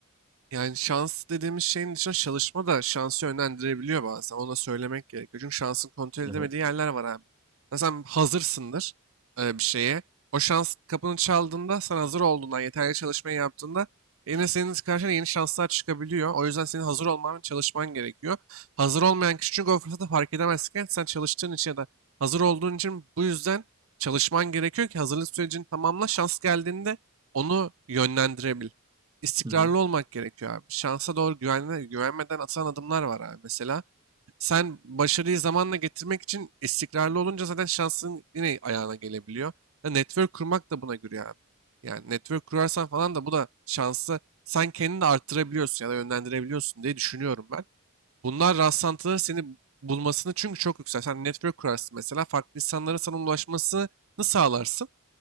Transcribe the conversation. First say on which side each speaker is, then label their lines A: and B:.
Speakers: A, on the right (about 65°); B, on the right (about 20°).
A: Yani şans dediğimiz şeyin dışında çalışma da şansı yönlendirebiliyor bazen. Ona söylemek gerekiyor. Çünkü şansın kontrol edemediği
B: Hı hı.
A: yerler var abi. Mesela sen hazırsındır e, bir şeye. O şans kapını çaldığında sen hazır olduğundan, yeterli çalışmayı yaptığında yine senin karşına yeni şanslar çıkabiliyor. O yüzden senin hazır olman ve çalışman gerekiyor. Hazır olmayan kişi çünkü o fırsatı fark edemezken sen çalıştığın için ya da hazır olduğun için bu yüzden çalışman gerekiyor ki hazırlık sürecini tamamla. Şans geldiğinde onu yönlendirebil istikrarlı
B: Hı hı.
A: olmak gerekiyor abi. Şansa doğru güvenme, güvenmeden atılan adımlar var abi. Mesela sen başarıyı zamanla getirmek için istikrarlı olunca zaten şansın yine ayağına gelebiliyor. Ya network kurmak da buna giriyor abi. Yani network kurarsan falan da bu da şansı sen kendini de arttırabiliyorsun ya da yönlendirebiliyorsun diye düşünüyorum ben. Bunlar rastlantıları seni bulmasını çünkü çok yüksek. Sen network kurarsın mesela farklı insanlara sana ulaşmasını sağlarsın.